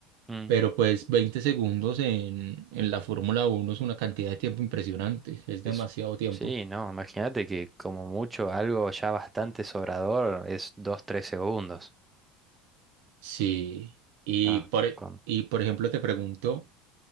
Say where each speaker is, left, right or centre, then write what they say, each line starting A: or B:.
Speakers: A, on the right (about 15°); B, on the right (about 75°).
A: Mm.
B: pero pues 20 segundos en, en la Fórmula uno es una cantidad de tiempo impresionante, es demasiado
A: Es,
B: tiempo.
A: sí, no, imagínate que como mucho algo ya bastante sobrador es dos tres segundos.
B: Sí, y
A: Ah,
B: por, e-
A: con...
B: y por ejemplo te pregunto,